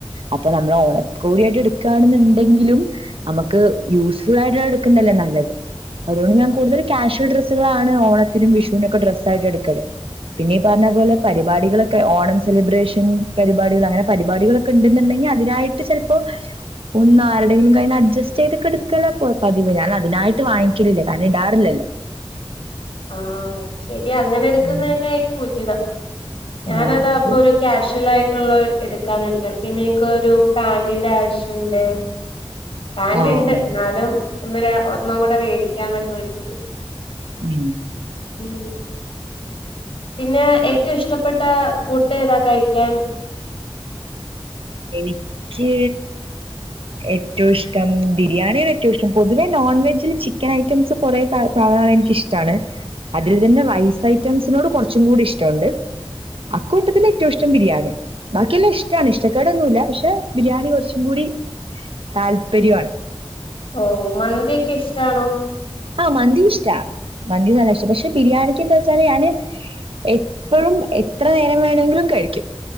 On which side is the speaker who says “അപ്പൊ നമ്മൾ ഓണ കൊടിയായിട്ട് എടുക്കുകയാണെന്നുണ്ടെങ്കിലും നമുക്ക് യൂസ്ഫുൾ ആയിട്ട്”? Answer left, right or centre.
Right